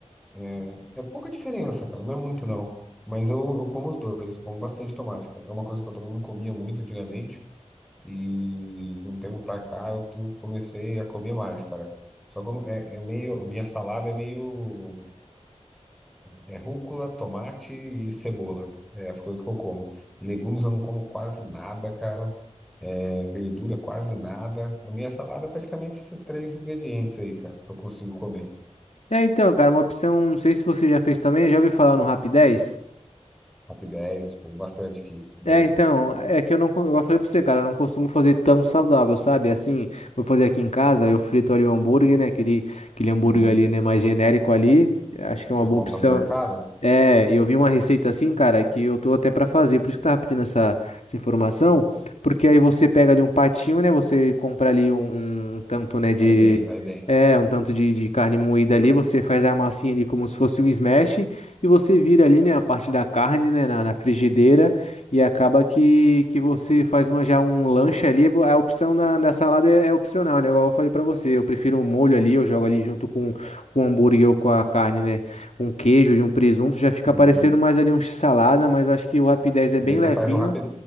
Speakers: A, in the centre; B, on the left (about 70°).
A: é, é pouca diferença, cara. Não é muito, não. Mas eu, eu como os dois, eu como bastante tomate, cara. É uma coisa que eu também não comia muito antigamente. E de um tempo pra cá eu tu- comecei a comer mais, cara. Só que eu não- é, é meio. Minha salada é meio. É é rúcula, tomate e cebola. É as coisas que eu como. Legumes eu não como quase nada, cara. É, verdura quase nada. A minha salada é praticamente esses três ingredientes aí, cara, que eu consigo comer.
B: É, então, cara, uma opção, não sei se você já fez também, já ouviu falar no Rap 10?
A: Top 10, como bastante aqui. Bom.
B: É, então, é que eu não, co- eu falei pra você, cara, eu não costumo fazer tão saudável, sabe? Assim, vou fazer aqui em casa, eu frito ali o hambúrguer, né? Aquele, aquele hambúrguer
A: Uhum.
B: ali, né, mais genérico ali, acho que é
A: Você
B: uma boa
A: compra
B: opção.
A: no mercado?
B: É, eu vi uma receita assim, cara, que eu tô até pra fazer, por isso que eu tava pedindo essa, essa informação, porque aí você pega ali um patinho, né? Você compra ali um, um um tanto, né, de...
A: Vai bem, vai bem.
B: É, um tanto de, de carne moída ali, você faz a massinha ali como se fosse um smash, e você vira ali, né, a parte da carne, né, na na frigideira, e acaba que, que você faz uma, já um lanche ali, vo- a opção na, da salada é, é opcional, né? Igual eu falei pra você, eu prefiro um molho ali, eu jogo ali junto com, com o hambúrguer ou com a carne, né? Um queijo de um presunto, já fica
A: Uhum.
B: parecendo mais ali um salada, mas eu acho que o Rapidez é
A: E
B: bem
A: daí você
B: levinho.
A: faz no Rap